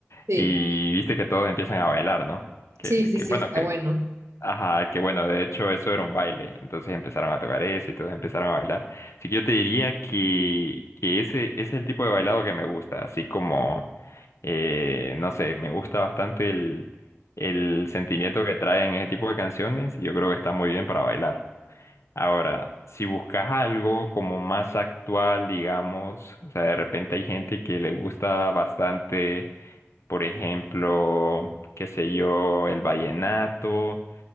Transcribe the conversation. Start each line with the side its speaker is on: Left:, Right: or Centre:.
Right: sí,
Left: y viste que todos empiezan a bailar, ¿no? Que,
Right: sí, sí,
Left: que,
Right: sí,
Left: bueno,
Right: está
Left: que,
Right: bueno.
Left: Ajá, que bueno, de hecho eso era un baile, entonces empezaron a tocar eso y todos empezaron a bailar. Así que yo te diría que, que ese, ese es el tipo de bailado que me gusta, así como, eh, no sé, me gusta bastante el, el sentimiento que traen ese tipo de canciones y yo creo que está muy bien para bailar. Ahora, si buscas algo como más actual, digamos, o sea, de repente hay gente que le gusta bastante, por ejemplo, qué sé yo, el vallenato